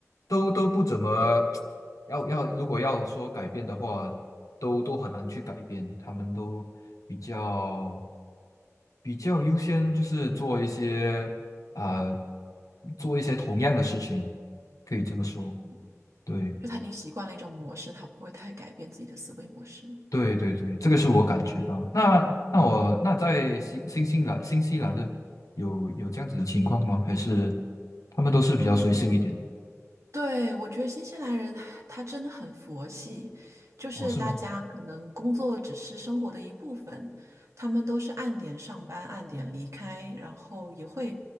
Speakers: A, on the left; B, on the right.
A: 都都不怎么 <tsk> 要要，如果要说改变的话，都都很难去改变，他们都比较比较优先，就是做一些啊、做一些同样的事情，可以这么说，
B: 嗯，
A: 对。
B: 就他已经习惯了一种模式，他不会太改变自己的思维模式。
A: 对对对，这个是我感觉到。那那我那在新新西兰新西兰的有有这样子的情况吗？还是他们都是比较随性一点？
B: 嗯。对，我觉得新西兰人他真的很佛系，就是大家可能工作只是生活的一部分，
A: 哦，是吗？
B: 他们都是按点上班，按点离开，然后也会